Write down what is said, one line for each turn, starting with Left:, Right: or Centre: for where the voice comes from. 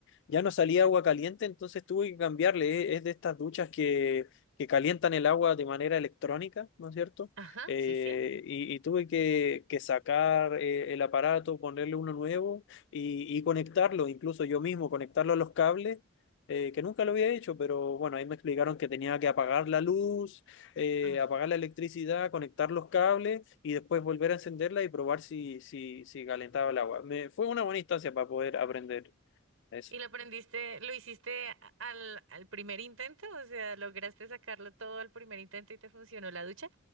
Left: Ya no salía agua caliente, entonces tuve que cambiarle. Es, es de estas duchas que, que calientan el agua de manera electrónica, ¿no es cierto?
Right: Ajá,
Left: Eh,
Right: sí, sí.
Left: y, y tuve que, que sacar eh, el aparato, ponerle uno nuevo y, y conectarlo, incluso yo mismo, conectarlo a los cables eh, que nunca lo había hecho, pero bueno, ahí me explicaron que tenía que apagar la luz, eh,
Right: Ah.
Left: apagar la electricidad, conectar los cables y después volver a encenderla y probar si, si, si calentaba el agua. Me, fue una buena instancia para poder aprender eso.
Right: ¿Y lo aprendiste, lo hiciste a- al, al primer intento? O sea, ¿lograste sacarlo todo al primer intento y te funcionó la ducha?